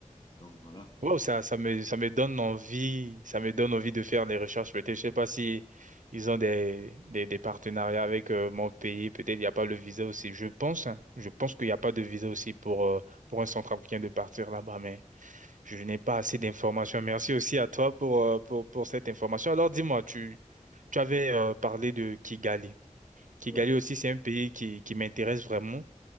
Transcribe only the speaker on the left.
Donc, voilà.
Ouais.